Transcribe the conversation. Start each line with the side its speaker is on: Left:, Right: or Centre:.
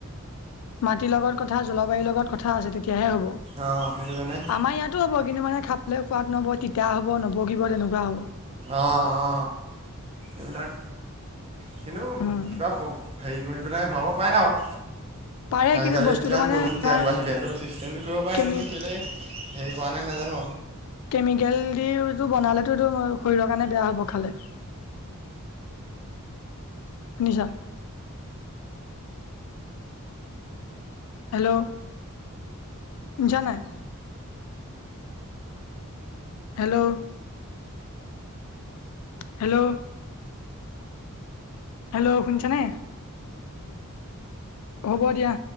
Left: মাটিৰ লগত কথা জলবায়ুৰ লগত কথা আছে তেতিয়াহে হ'ব
Right: অ সেইটো কাৰণে
Left: আমাৰ ইয়াতো হ'ব কিন্তু মানে খাব পোৱাত নব তিতা হ'ব নপকিপ তেনেকোৱা হ'ব
Right: অ অ এইবিলাক কিন্তু
Left: উম
Right: কিবা হেৰি কৰি পেলাই ভৰাব পাৰে। আৰু
Left: পাৰে
Right: আজিকালি
Left: কিন্তু বস্তুটো
Right: কিমান
Left: মানে
Right: প্ৰযুক্তি
Left: আমাৰ
Right: আগবাঢ়িলে সেইটো চিষ্টেমটো কৰিব পাৰেি
Left: কেমি
Right: কিন্তু কেলে হেৰি কৰা নাই নাজ- জান
Left: কেমিকেল- টো বনালেতো এইটো শৰীৰৰ কাৰণে বেয়া হ'ব খালে- শুনিছা। হেল্ল' শুনিছা নাই- হেল্ল' হেল্ল' হেল্ল' শুনিছা নাই? হ'ব দিয়া।